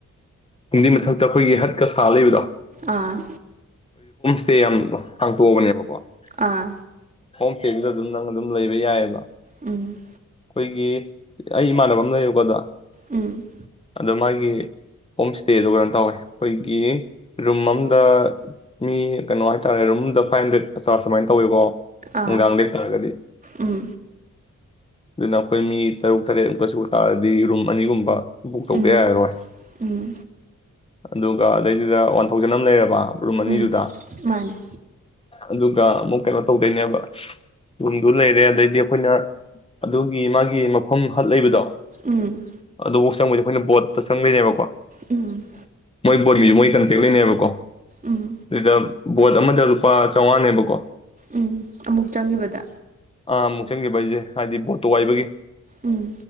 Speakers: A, on the left (about 20°); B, on the right (about 25°).
A: ꯐꯨꯝꯗꯤ ꯃꯊꯛꯇ ꯑꯩꯈꯣꯏꯒꯤ ꯍꯠꯀ ꯁꯥ ꯂꯩꯕꯗꯣ
B: ꯑꯥ-
A: ꯆꯦ ꯌꯥꯝ ꯍꯥꯡꯇꯣꯛꯑꯕꯅꯦꯕꯀꯣ
B: ꯑꯥ
A: ꯍꯣꯝꯇꯦꯗꯨꯗ ꯑꯗꯨꯝ ꯅꯪ ꯑꯗꯨꯝ ꯂꯩꯕ ꯌꯥꯏꯑꯕ
B: ꯎꯨꯝ-
A: ꯈꯣꯏꯒꯤ ꯑꯩ ꯏꯃꯥꯟꯅꯕ ꯑꯃ ꯂꯩꯌꯦꯕꯀꯣ ꯑꯗꯣ
B: ꯎꯝ꯫
A: ꯑꯗꯣ ꯃꯥꯒꯤ ꯍꯣꯝ ꯁ꯭ꯇꯦꯗꯣ ꯀꯩꯅꯣ ꯇꯧꯋꯦ ꯈꯣꯏꯒꯤ ꯔꯨꯝ ꯑꯝꯗ ꯃꯤ ꯀꯩꯅꯣ ꯍꯥꯏꯇꯥꯔꯦ ꯔꯨꯝꯑꯝꯗ ꯐꯥꯏꯞ ꯍꯟꯗ꯭ꯔꯦꯠ ꯑꯆꯥꯔꯖ ꯁꯨꯃꯥꯏꯅ ꯇꯧꯋꯦꯀꯣ꯫
B: ꯑꯥ
A: ꯅꯨꯡꯗꯥꯡ ꯂꯦꯛꯇꯔꯒꯗꯤ
B: ꯎꯝ
A: ꯑꯗꯨꯅ ꯑꯩꯈꯣꯏ ꯃꯤ ꯇꯔꯨꯛ-ꯇꯔꯦꯠꯃꯨꯛꯀ ꯁꯨꯔꯛꯑꯗꯤ ꯔꯨꯝ ꯑꯅꯤꯒꯨꯝꯕ ꯕꯨꯛ ꯇꯧꯕ
B: ꯎꯝ
A: ꯌꯥꯏꯔꯣꯏ
B: ꯎꯝ
A: ꯑꯗꯨꯒ ꯑꯗꯩꯗꯨꯗ ꯋꯥꯟ ꯊꯥꯎꯖꯟ ꯑꯝ ꯂꯩꯔꯕ ꯔꯨꯝ ꯑꯅꯤꯗꯨꯗ
B: ꯎꯝ ꯃꯥꯅꯦ
A: ꯑꯗꯨꯒ ꯑꯃꯨꯛ ꯀꯩꯅꯣ ꯇꯧꯗꯣꯏꯅꯦꯕ ꯇꯨꯡꯗꯨ ꯂꯩꯔꯦ ꯑꯗꯩꯗꯤ ꯑꯈꯣꯏꯅ ꯑꯗꯨꯒꯤ ꯃꯥꯒꯤ ꯒꯤ ꯃꯐꯝ ꯍꯠ ꯂꯩꯕꯗꯣ
B: ꯎꯝ
A: ꯑꯗꯨ ꯆꯪꯕꯩꯗꯤ ꯑꯩꯈꯣꯏꯅ ꯕꯣꯠꯇ ꯆꯪꯗꯣꯏꯅꯦꯕꯀꯣ
B: ꯎꯝ꯫
A: <unintelligible> ꯃꯣꯏ ꯀꯟꯇꯦꯛ ꯂꯩꯅꯩꯕꯀꯣ <unintelligible>
B: ꯎꯝ
A: ꯕꯣꯠ ꯑꯃꯗ ꯂꯨꯄꯥ ꯆꯝꯉꯥꯅꯦꯕꯀꯣ
B: ꯎꯝ ꯑꯃꯨꯛ ꯆꯪꯒꯤꯕꯗ
A: ꯑꯥ ꯑꯃꯨꯛ ꯆꯪꯒꯤꯕꯩꯖꯦ ꯍꯥꯏꯗꯤ ꯕꯣꯠꯇꯣ ꯋꯥꯏꯕꯒꯤ꯫
B: ꯎꯝ